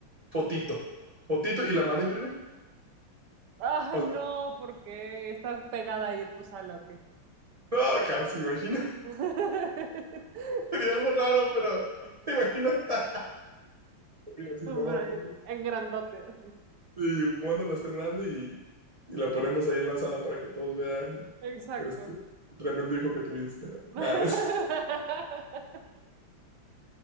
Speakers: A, on the right; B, on the right.
A: Fotito. Fotito y la manda a imprimir.
B: Ay,
A: O
B: no,
A: sea,
B: porque está pegada ahí en tu sala, ¿o qué?
A: no, casi, imagina.
B: <laughs>
A: <laughs> Sería algo raro, pero te imaginas. <laughs> iba a decir,
B: Vale,
A: mamá, ponme.
B: En grandote, así.
A: Y bueno, la estoy grande y, y la ponemos ahí en la sala para que todos vean
B: Exacto.
A: este el tremendo hijo que tuviste. ¿no?
B: <laughs>
A: Nada, me- <laughs>